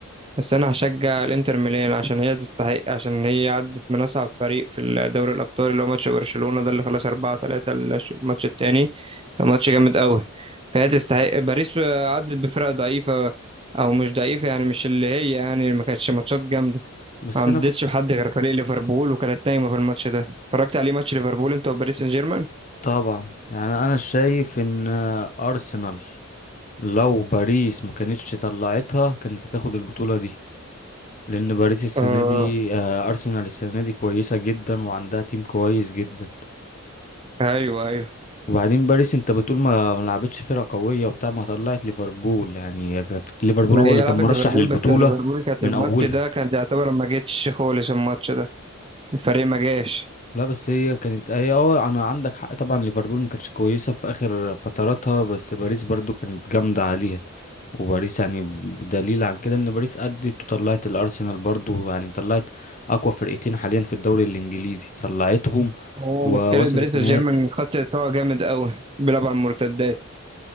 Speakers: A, on the right (about 25°); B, on the left (about 35°).
A: بس انا هشجع الانتر ميلان عشان هي تستحق عشان هي عدت من اصعب فريق في دوري الابطال اللي هو ماتش برشلونة ده اللي خلص 4 3 الماتش التاني كان ماتش جامد قوي فهي تستحق باريس عدت بفرق ضعيفة او مش ضعيفة يعني مش اللي هي يعني ما كانتش ماتشات جامدة
B: بس
A: ما عدتش
B: انا كنت
A: بحد غير فريق ليفربول وكانت نايمة في الماتش ده اتفرجت عليه ماتش ليفربول انت وباريس سان جيرمان
B: طبعا يعني انا شايف ان ارسنال لو باريس ما كانتش طلعتها كانت هتاخد البطولة دي لان باريس السنة
A: اه
B: دي آه، ارسنال السنة دي كويسة جدا وعندها تيم كويس جدا
A: ايوه ايوه
B: وبعدين باريس انت بتقول ما ما لعبتش فرقة قوية وبتاع ما طلعت ليفربول يعني كانت ليفربول
A: ما
B: هو
A: هي
B: اللي
A: لعبت
B: كان مرشح
A: ليفربول
B: للبطولة
A: بس ليفربول كانت
B: من
A: الماتش
B: اولها
A: ده كان يعتبر ما جتش خالص الماتش ده الفريق ما جاش
B: لا بس هي كانت هي اه انا عندك حق طبعا ليفربول ما كانتش كويسة في اخر فتراتها بس باريس برضو كانت جامدة عليها وباريس يعني بدليل عن كده ان باريس ادت وطلعت الارسنال برضو يعني طلعت اقوى فرقتين حاليا في الدوري الانجليزي طلعتهم
A: هو
B: ووصلت
A: مشكلة باريس سان
B: نهائي
A: جيرمان خط دفاعه جامد قوي بيلعب على المرتدات